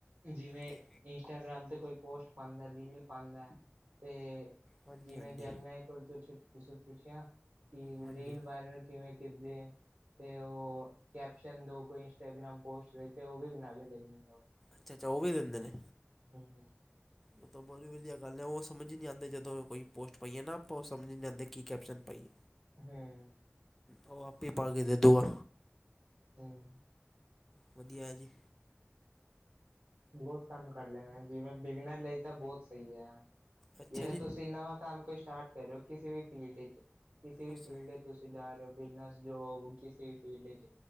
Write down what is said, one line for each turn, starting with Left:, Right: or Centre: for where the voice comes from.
Right: ਜਿਵੇਂ
Centre: ਤੇ
Right: ਇੰਸਟਾਗ੍ਰਾਮ ਤੇ ਕੋਈ ਪੋਸਟ ਪਾਉਂਦਾ, ਰੀਲ ਪਾਉਂਦਾ ਤੇ
Centre: ਹਾਂਜੀ
Right: ਜਿਵੇੈਂ
Centre: ਹਾਂਜੀ
Right: ਜੈਮਨਾਈ ਕੋਲ ਕੁਛ ਪੁੱਛਿਆ। ਕਿਵੇ
Centre: ਹਾਂਜੀ
Right: ਰੀਲ ਵਾਇਰਲ ਕਿਵੇਂ ਕਰਦੇ ਹੈ। ਤੇ ਉਹ ਕੈਪਸ਼ਨ ਦੋ ਕੋਈ ਇੰਸਟਾਗ੍ਰਾਮ ਪੋਸਟ ਲਈ ਤੇ ਉਹ ਵੀ ਬਣਾ ਕੇ ਦੇ ਦਿੰਦਾ ਉਹ
Centre: ਅੱਛਾ-ਅੱਛਾ, ਉਹ ਵੀ ਦਿੰਦੇ ਨੇ।
Right: ਹਮ- ਹਮ।
Centre: ਉਹ ਤਾਂ ਬਹੁਤ ਵਧੀਆ ਗੱਲ ਹੈ ਉਹ ਸਮਝ ਨਹੀਂ ਆਉਂਦੇ ਜਦੋਂ ਕੋਈ ਪੋਸਟ ਪਈਏ ਨਾ ਆਪਾਂ ਉਹ ਸਮਝ ਨਹੀਂ ਆਉਂਦੇ ਕੀ ਕੈਪਸ਼ਨ ਪਾਈਏ
Right: ਹਮ।
Centre: ਉਹ ਆਪੇ ਪਾ ਕੇਤੇ ਦੂਆ।
Right: ਹਮ।
Centre: ਵਧੀਆ ਹੈ ਜੀ।
Right: ਬਹੁਤ ਕੰਮ ਕਰ ਲੈਂਣਾ ਜਿਵੇਂ ਬਿਗਨਰ ਲਈ ਤਾਂ ਬਹੁਤ ਸਹੀ ਹੈ
Centre: ਅੱਛਾ
Right: ਜਿਵੇਂ
Centre: ਜੀ
Right: ਤੁਸੀਂ ਨਵਾਂ ਕੰਮ ਕੋਈ ਸਟਾਰਟ ਕਰਿਓ ਕਿਸੇ ਵੀ ਫੀਲਡ ਵਿੱਚ, ਕਿਸੇ ਵੀ
Centre: ਅੱਛਾ
Right: ਫੀਲਡ ਤੁਸੀਂ ਜਾ ਰਹੇ ਹੋ ਬਿਜਨਸ ਜੋਬ ਕਿਸੇ ਵੀ ਫੀਲਡ ਵਿੱਚ